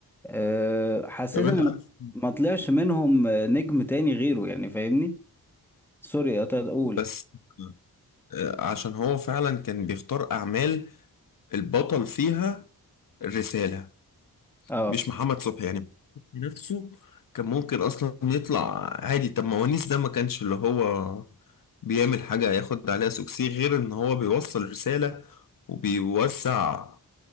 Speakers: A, in the centre; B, on the left.
A: أه حسيت
B: طب انت
A: ان
B: عارف
A: ما طلعش منهم آه، نجم تاني غيره يعني فاهمني سوري قطعت اقول
B: بس آه، عشان هو فعلا كان بيختار اعمال البطل فيها الرسالة
A: اه
B: مش محمد صبحي يعني نفسه كان ممكن اصلا يطلع عادي طب ما ونيس ده ما كانش اللي هو بيعمل حاجة ياخد عليها سوكسي غير ان هو بيوصل رسالة وبيوسع